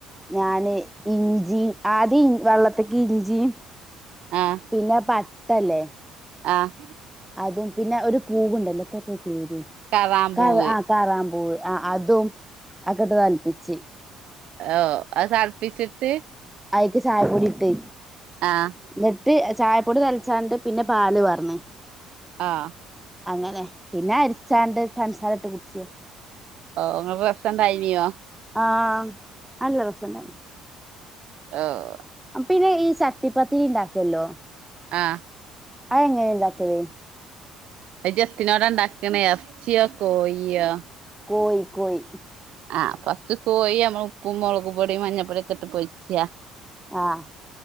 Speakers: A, in the centre; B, on the right.
A: ഞാന് ഇഞ്ചി ആദ്യം വള്ളത്തിക്ക് ഇഞ്ചിയും
B: ആഹ്
A: പിന്നെ പട്ടല്ലേ
B: ആഹ്
A: അതും പിന്നെ ഒരു പൂവുണ്ടല്ലോ എത്താപ്പോ അയിന്റെ പേര്
B: കറാമ്പൂവ്
A: കറാ കറാംപൂവ് ആഹ് അതും അതക്കെട്ട് തളപ്പിച്ച്
B: ഏഹ് അത് തളപ്പിച്ചിട്ട്
A: അയിക്ക് ചായപ്പൊടിട്ട്
B: ആഹ്
A: എന്നിട്ട് ചായപ്പൊടി തളച്ചാണ്ട് പിന്നെ പാല് പാർന്ന്
B: ആഹ്
A: അങ്ങനെ പിന്നെ അരിച്ചാണ്ട് പൻസാരട്ട് കുടിച്ച്
B: ഓഹ് ങ്ങക്ക് <unintelligible> ണ്ടായിനിയോ
A: ആഹ് നല്ല രസണ്ടായിന്
B: ആഹ്
A: ഉം പിന്നെ ഈ ചട്ടിപ്പത്തിരി ഇണ്ടാക്കുവല്ലോ
B: ആഹ്
A: അയെങ്ങനെ ഇണ്ടാക്കല്
B: ആഹ് ഇജെത്തിനോടണ്ടാക്കണ് എറച്ചിയോ കോഴിയോ
A: കോയി കോയി
B: ആഹ് ഫസ്റ്റ് കോയി നമ്മള് ഉപ്പും മുളകുമ്പൊടിയും മഞ്ഞപ്പൊടിയൊക്കെട്ട് പൊരിച്ചാ
A: ആഹ്